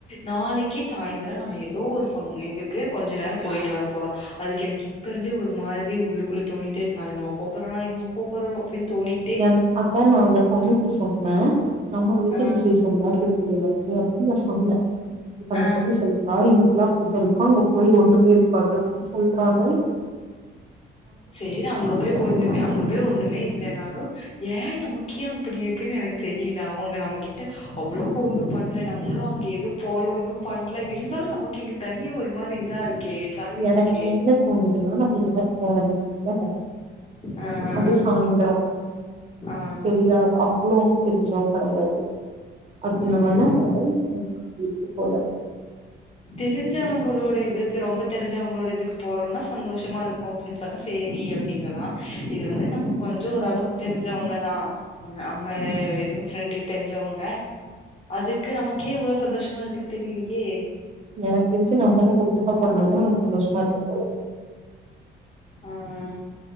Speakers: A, on the left (about 30°); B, on the right (about 35°).
A: நாளைக்கு சாய்ந்திரம் நம்ம ஏதோ ஒரு ஃபங் இது க்கு கொஞ்ச நேரோ போயிட்டு வர போறோ அதுக்கு எனக்கு இப்ப இருந்தே ஒரு மாதிரி உள்ளுக்குள்ளே தோணிட்டே இருக்கு நாளைக்கு நம்ப போ அப்பறோ நாளைக்கு நம்ம போ போறோ அப்டின்னு தோனி
B: என் அதா நா அந்த பொண்ணுட்ட சொன்னே நம்ம வீட்டு
A: ஆ
B: விசேஷ மாரி இருக்கு எனக்கு அப்படின்னு நா சொன்னே அதுக்கு அந்த
A: ஆ
B: பொண்னு சொல் வா இங்கெல்லா அப்டித்தா இருக்கு அங்க போய் ஒண்ணமே இருக்காது அப்படின்னு சொல்றாங்க
A: சேரி அங்க போய்
B: மாரி
A: ஒண்ணுமே அங்க போய் ஒண்ணுமே இல்லனாலு ஏன் நமக்கே அப்படி இருக்குன்னு எனக்கு தெரியல அவங்க நம்மகிட்ட அவ்வளவுக்கு ஒன்னு பண்ணல நம்மளு அங்க எதுவு போல ஒன்னு பண்ணல இருந்தாலு நமக்கு இங்க தனியா ஒரு மாரி இதா இருக்கே ஜாலியா
B: எனக்கு
A: இருக்கே
B: என்ன தோணுதுன்னா நம்ம இந்த மாரி போனதில்ல
A: ஆ ஆ
B: அது சாய்ந்திரோ
A: ஆ
B: தெரியா அவ்வளோன்னு தெரிஞ்சவங்ககிடையாது அதனால
A: ம்
B: என்னவோ உங்களுக்கு அப்டி இருக்கு போல
A: தெரிஞ்சவங்களோட இதுக்கு ரொம்ப தெரிஞ்சவங்களோட இதுக்கு போறோம்னா சந்தோஷமா இருக் ஹோம்லி சொன்னா சேரி அப்படிங்கலா இது வந்து நம்ம கொஞ்சம் ஓரளவு
B: அஹ்
A: தெரிஞ்சவங்கதா நம்ம இதுவு ஃப்ரெண்டுக்கு தெரிஞ்சவங்க அதுக்கு நமக்கே இவ்வளவு சந்தோஷமா இருக்குன்னு தெரிலயே
B: எனக்கு தெரிஞ்சு நம்மளா ஒட்டுக்கா போறனால தா உங்களுக்கு சந்தோஷமா இருக்கு போல
A: ஆஹ்